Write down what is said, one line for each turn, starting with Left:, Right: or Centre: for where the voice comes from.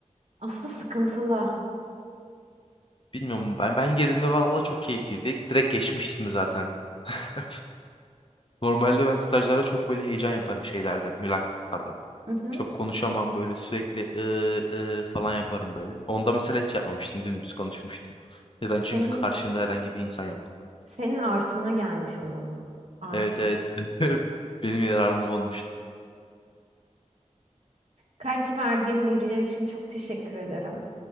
Right: Aslında sıkıntılı.
Left: Bilmiyorum ben ben yerinde valla çok keyifliydi. Direkt geçmiştim de zaten. <laughs> Normalde ben stajlarda çok böyle heyecan yaparım şeylerde, mülakatlarda.
Right: Hı hı.
Left: Çok konuşamam böyle sürekli ıı, ıı falan yaparım böyle. Onda mesela hiç yapmamıştım. Dümdüz konuşmuştum. Neden? Çünkü
Right: Senin,
Left: karşımda herhangi bir insan yok.
Right: senin artına gelmiş o zaman. Artı.
Left: Evet evet. <laughs> Benim yararım olmuş.
Right: Kanki verdiğim bilgiler için çok teşekkür ederim.